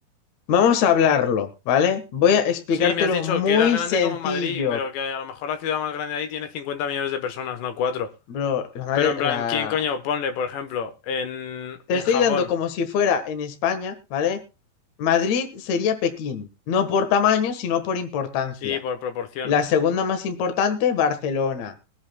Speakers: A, on the left; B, on the left.
A: vamos a hablarlo, ¿vale? Voy a explicártelo
B: Sí, me has dicho
A: muy
B: que era grande
A: sencillo,
B: como Madrid, pero que a lo mejor la ciudad más grande ahí tiene 50 millones de personas, no 4.
A: bro. La madre-
B: Pero en
A: la-
B: plan, ¿quién coño? Ponle, por ejemplo, en,
A: te
B: en
A: estoy
B: Japón.
A: dando como si fuera en España, ¿vale? Madrid sería Pekín, no por tamaño, sino por importancia.
B: Sí, por proporción.
A: La segunda más importante, Barcelona.